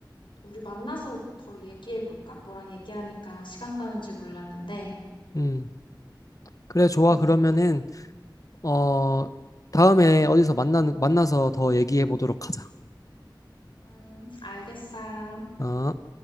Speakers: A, on the left; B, on the left.
A: 우리 만나서 더 얘기해 볼까? 너랑 얘기하니까 시간 가는 줄 몰랐는데.
B: 음. 그래, 좋아.
A: 음,
B: 그러면은, 어, 다음에 어디서 만나, 만나서 더 얘기해 보도록 하자.
A: 음, 알겠어.
B: 어?